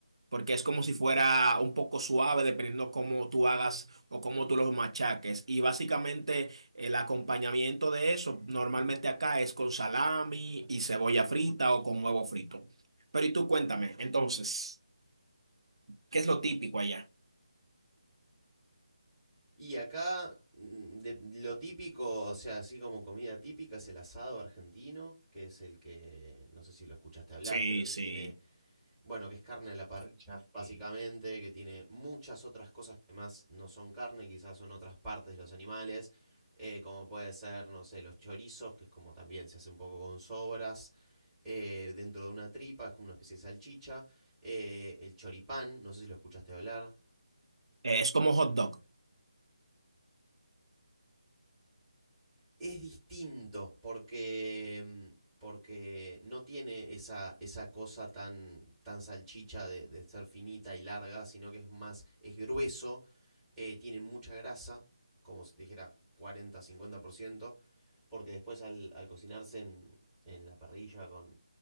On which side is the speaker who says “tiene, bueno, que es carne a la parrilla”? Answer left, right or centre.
Centre